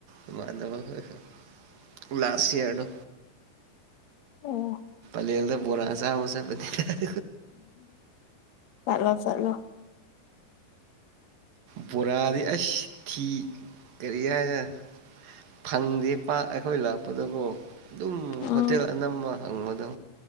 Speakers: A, on the right; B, on the left.
A: ꯏꯃꯥꯟꯅꯕ ꯈꯣꯏꯒ ꯂꯥꯁ ꯏꯌꯔꯗꯣ
B: ꯑꯣ
A: ꯄꯂꯦꯜꯗ ꯕꯣꯔꯥꯥ ꯆꯥꯕ ꯆꯠꯄꯅꯤꯗ
B: ꯆꯠꯂꯣ ꯆꯠꯂꯣ
A: ꯕꯣꯔꯥꯗꯤ ꯑꯩꯁ ꯇꯤ ꯀꯔꯤ ꯍꯥꯢꯁꯦꯔ ꯐꯪꯗꯦ ꯄꯥꯛ ꯑꯩꯈꯣꯏ ꯂꯥꯛꯄꯗꯕꯣ ꯑꯗꯨꯝ
B: ꯎꯝ
A: ꯍꯣꯇꯦꯜ ꯑꯅꯝꯕ ꯍꯪꯕꯗꯣ